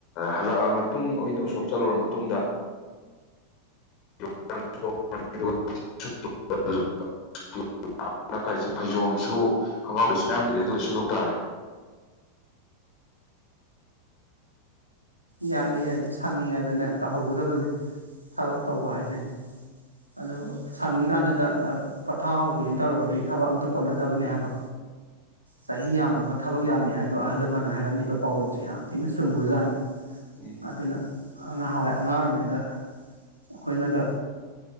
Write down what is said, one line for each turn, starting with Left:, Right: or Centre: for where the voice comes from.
Left: ꯍꯜꯂꯛꯑ ꯃꯇꯨꯡ ꯑꯣꯏꯅ ꯎꯁꯣꯞ ꯆꯠꯂꯨꯨꯔ ꯃꯇꯨꯡꯗ <unintelligible> ꯀꯔꯤꯁꯦ <unintelligible> ꯐꯩꯖꯣꯝꯁꯨ ꯈꯣꯡꯒꯥꯎꯔꯤꯁꯨ ꯃꯌꯥꯝ ꯂꯩꯔꯦ ꯑꯗꯨꯗ ꯁꯨꯗꯣꯛꯇꯥꯔꯦ
Right: ꯌꯥꯏꯌꯦ ꯌꯥꯏꯌꯦ ꯁꯪꯉꯉꯥꯏꯗꯅꯦ ꯇꯧꯍꯧꯒꯗꯕꯅꯤ ꯊꯕꯛ ꯇꯧꯕ ꯍꯥꯏꯁꯦ ꯑꯗꯨ ꯁꯪꯉꯤꯀꯥꯟꯗꯨꯗ ꯄꯣꯊꯥ ꯍꯧꯒꯦꯅ ꯇꯧꯔꯒꯗꯤ ꯊꯕꯛ ꯑꯝꯇ ꯀꯣꯟꯅꯗꯕꯅꯦ ꯍꯥꯏꯕ꯫ ꯆꯍꯤ ꯌꯥꯝꯃꯒ ꯊꯕꯛ ꯌꯥꯝꯃꯦ ꯍꯥꯏꯗꯣ ꯑꯍꯜ ꯂꯃꯟꯅ ꯍꯥꯏꯔꯝꯃꯤꯕ ꯄꯥꯎꯔꯧꯁꯦ ꯌꯥꯝ ꯊꯤꯅ ꯆꯨꯝꯈ꯭ꯔꯖꯥꯠꯅꯤ꯫
Left: ꯎꯝ꯫
Right: ꯑꯗꯨꯅ ꯉꯍꯋꯥꯏ ꯑꯉꯥꯡ ꯑꯣꯏꯔꯤꯉꯩꯗ ꯑꯩꯈꯣꯏꯅꯒ